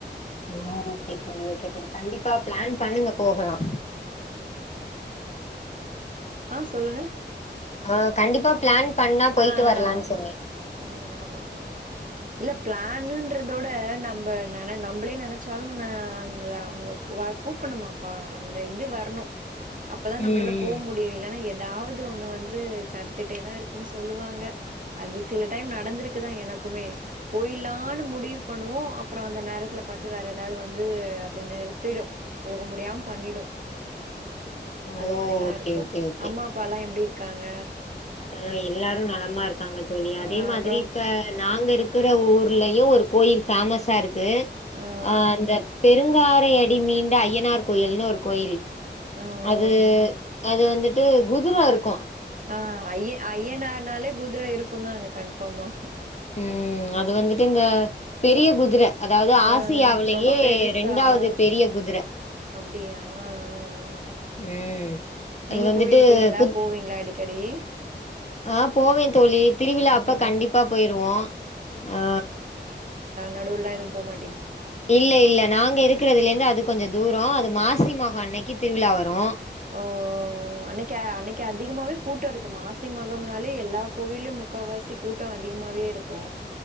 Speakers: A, on the left (about 35°); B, on the right (about 45°).
A: ஓகே தோழி ஓகே தோழி கண்டிப்பா பிளான் பண்ணுங்க போகலாம்
B: ஆஹ் சொல்லுங்க
A: ஆஹ் கண்டிப்பா பிளான் பண்ணா போயிட்டு
B: ஆஹ் ஆஹ்
A: வரலான்னு
B: ஆஹ்
A: சொன்னே
B: உம் ஆமா ஆமா இல்ல பிளான்ன்றதவிட நம்ம நம்மளே நெனைச்சாலும் ந அ அவுங்க வ கூப்பணுமாப்பா அந்த இது வரணும் அப்பதான்
A: ம்
B: நம்மளால போக
A: ம்
B: முடியும் இல்லன்னா ஏதாவது ஒண்ணு வந் வந்து தடுத்துட்டே தான் இருக் குன் சொல்லுவாங்க அந்து சில டைம் நடந்துருக்குதா எனக்குமே போயிலான்னு முடிவு பண்ணுவோ அப்புறோ அந்த நேரத்துல பாத்து வேற ஏதாது வந்து அத நிறுத்திடு போக முடியாம் பண்ணிடு
A: ஓ
B: அது மரிலா
A: ஓகே
B: இருக்கு
A: ஓகே ஓகே
B: அம்மா அப்பாலா எப்டிரு காங்க
A: அ எல்லாரு நலமா இருக்காங்க தோழி
B: ஆ
A: அதே மாதுரி
B: அப்புறோ
A: இப்ப நாங்க இருக்குற ஊர்லயு ஒரு கோயில் ஃபேமஸா இருக் கு
B: ஆ
A: அந்த பெருங்காரை அடி மீந்த அய்யனார் கோயில்னு ஒரு கோயில்
B: ஆ ஓ
A: அது அது வந்துட் டு குதுரோ இருக்
B: அ அய அய்யனார்னாலே குதுர இருக் கு தாங்க கன்ஃபாமா
A: ம் அது வந்துட்டு இந்த பெரிய குதுர அதாவ்து
B: ஆ
A: ஆசியாவுலயே
B: ரொம்ப பெருசா
A: ரெண்டாவது
B: ஆ
A: பெரிய குதுர
B: அப்டியா ஆ ஆ
A: ம்
B: நீங்க
A: அது வந்துட்டு
B: போயிருக்கீங்ளா
A: புது
B: போவீங்ளா அடிக் கடி
A: ஆ போவே தோழி திருவிழா
B: ம்
A: அப்ப கண்டிப்பா போயிருவோ ஆ
B: நடுவுல்லா எது போமாட்
A: இல்ல இல்ல நாங்க இருக்குறதுலேந்து அதுக் கொஞ்ச தூரோ அது மாசி மஹோ அன்னக்கி திருவிழா வரு
B: ஒ ஒ ஒ அன்னக்கு அன்னக்கு அதிக்மாவே கூட்டோ இருக்கு மாசி மகம்னாலே எல்லா கோவில்யு முக்கவாசி கூட்ட அதிக்மாவே இருக்கு